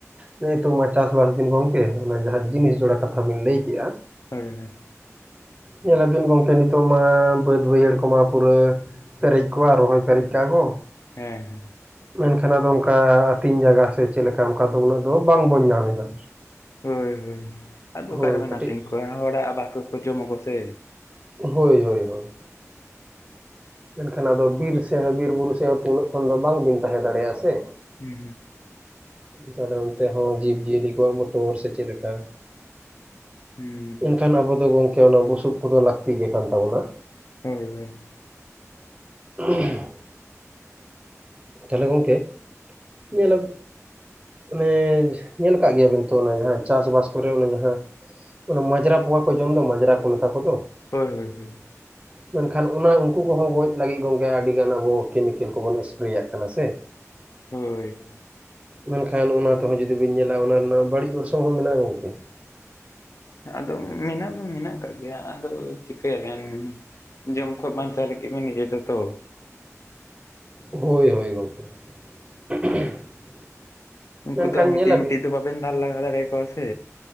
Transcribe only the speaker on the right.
ᱱᱤᱛᱚᱜ ᱢᱟ ᱪᱟᱥᱵᱟᱥ ᱫᱤᱱ ᱜᱚᱝᱠᱮ ᱚᱱᱟ ᱡᱟᱦᱟᱸ ᱡᱤᱱᱤᱥ ᱡᱚᱲᱟ ᱠᱟᱛᱷᱟ ᱵᱤᱱ ᱞᱟᱹᱭᱠᱮᱼᱟ
ᱧᱮᱞᱟᱵᱤᱱ ᱜᱚᱢᱠᱮ ᱱᱤᱛᱚᱜ ᱢᱟ ᱵᱟᱹᱫ ᱵᱟᱹᱭᱦᱟᱹᱲ ᱠᱚᱢᱟ ᱯᱩᱨᱟᱹ ᱯᱮᱨᱮᱡ ᱠᱚᱣᱟ ᱨᱚᱦᱚᱭ ᱯᱮᱨᱮᱡ ᱠᱟᱜᱼᱟ ᱠᱚ᱾
ᱢᱮᱱᱠᱷᱟᱱ ᱟᱫᱚ ᱚᱱᱠᱟ ᱟᱹᱛᱤᱧ ᱡᱟᱭᱜᱟ ᱥᱮ ᱪᱮᱫ ᱞᱮᱠᱟ ᱚᱱᱠᱟ ᱫᱚ ᱩᱱᱟᱹᱜ ᱫᱚ ᱵᱟᱝᱵᱚᱱ ᱧᱟᱢ ᱮᱫᱟ᱾
ᱦᱳᱭ
ᱠᱟᱹᱴᱤᱡ
ᱦᱳᱭ ᱦᱳᱭ ᱦᱳᱭ ᱢᱮᱱᱠᱷᱟᱱ ᱟᱫᱚ ᱵᱤᱨ ᱥᱮᱫ ᱵᱤᱨ ᱵᱩᱨᱩ ᱥᱮᱫ ᱦᱚᱸᱛᱚ ᱩᱱᱟᱹᱜ ᱠᱷᱚᱱ ᱫᱚ ᱵᱟᱝᱵᱤᱱ ᱛᱟᱦᱮᱸ ᱫᱟᱲᱮᱭᱟᱜᱼᱟ ᱥᱮ
ᱛᱟᱦᱚᱞᱮ ᱚᱱᱛᱮ ᱦᱚᱸ ᱡᱤᱵᱽ ᱡᱤᱭᱟᱹᱞᱤ ᱠᱚᱣᱟᱜ ᱵᱚᱛᱚᱨ ᱥᱮ ᱪᱮᱫ ᱞᱮᱠᱟ᱾
ᱮᱱᱠᱷᱟᱱ ᱟᱵᱚ ᱫᱚ ᱜᱚᱝᱠᱮ ᱚᱱᱟ ᱵᱩᱥᱩᱵ ᱠᱚᱫᱚ ᱞᱟᱹᱠᱛᱤ ᱜᱮ ᱠᱟᱱ ᱛᱟᱵᱚᱱᱟ᱾
<unintelligible> ᱛᱟᱦᱚᱞᱮ ᱜᱚᱝᱠᱮ ᱧᱮᱞᱟ <unintelligible> ᱚᱱᱮ ᱧᱮᱞ ᱟᱠᱟᱫ ᱜᱮᱭᱟᱵᱤᱱ ᱛᱚ ᱡᱟᱦᱟᱸ ᱪᱟᱥᱵᱟᱥ ᱠᱚᱨᱮ ᱚᱱᱮ ᱡᱟᱦᱟᱸ ᱚᱱᱟ ᱢᱟᱡᱽᱨᱟ ᱯᱳᱣᱟ ᱠᱚ ᱡᱚᱢ ᱫᱚ ᱢᱟᱡᱽᱨᱟ ᱠᱚ ᱢᱮᱛᱟ ᱠᱚ ᱫᱚ
ᱢᱮᱱᱠᱷᱟᱱ ᱚᱱᱟ ᱩᱱᱠᱩ ᱠᱚᱦᱚᱸ ᱜᱚᱡ ᱞᱟᱹᱜᱤᱫ ᱜᱚᱝᱠᱮ ᱟᱹᱰᱤ ᱜᱟᱱ ᱟᱵᱚ ᱠᱮᱢᱤᱠᱮᱞ ᱠᱚᱵᱚᱱ <unintelligible> ᱨᱮᱭᱟᱜ ᱠᱟᱱᱟ ᱥᱮ᱾
ᱢᱮᱱᱠᱷᱟᱱ ᱚᱱᱟ ᱛᱮᱦᱚᱸ ᱡᱩᱫᱤ ᱵᱤᱱ ᱧᱮᱞᱟ ᱚᱱᱟ ᱨᱮᱱᱟᱜ ᱵᱟᱹᱲᱤᱡ ᱚᱨᱥᱚᱝ ᱦᱚᱸ ᱢᱮᱱᱟᱜᱼᱟ ᱜᱚᱝᱠᱮ᱾
ᱦᱳᱭ ᱦᱳᱭ ᱜᱚᱝᱠᱮ <unintelligible>
ᱢᱮᱱᱠᱷᱟᱱ
ᱧᱮᱞᱟᱵᱤᱱ